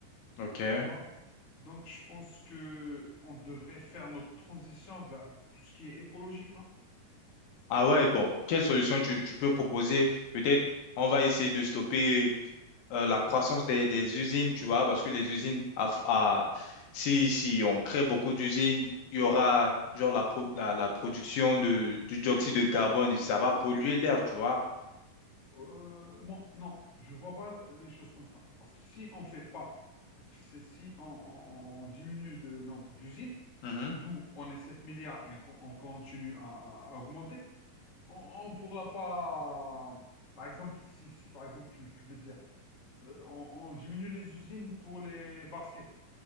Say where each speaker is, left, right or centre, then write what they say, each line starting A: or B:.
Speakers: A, on the left; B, on the left.
A: OK.
B: Tu vois? Donc, je pense que on devrait faire notre transition vers tout ce qui est écologique, non?
A: Ah ouais, bon, quelle solution tu, tu peux proposer? Peut-être on va essayer de stopper euh, la croissance des, des usines, tu vois, parce que les usines, à, à- si, si on crée beaucoup d'usines, il y aura genre la, pro- la, la production de, du dioxyde de carbone et ça va polluer l'air, tu vois.
B: Euh, moi, non, je vois pas les choses comme ça. Parce que si on fait pas, c'est- si on, on- on diminue le nombre d'usines,
A: Mhm,
B: nous, on est 7 milliards et qu'on- on continue à, à- à augmenter, on ne pourra pas... Par exemple, si, si par exemple, tu, tu veux dire, euh, on, on diminue les usines pour les baskets.